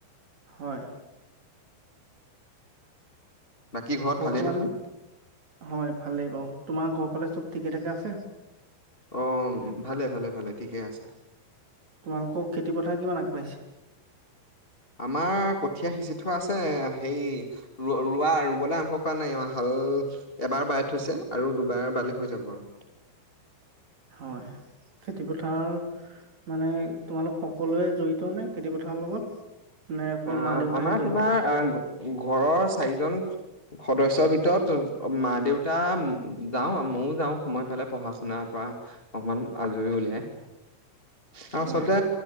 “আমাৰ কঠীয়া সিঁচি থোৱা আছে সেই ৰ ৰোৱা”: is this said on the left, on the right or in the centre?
Left